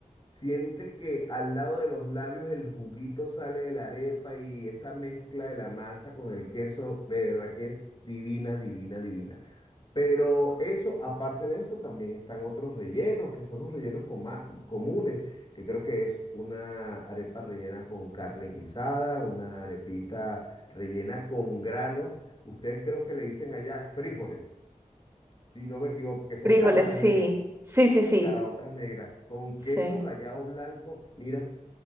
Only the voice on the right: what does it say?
Frijoles,
sí.
Sí, sí, sí.
Sí.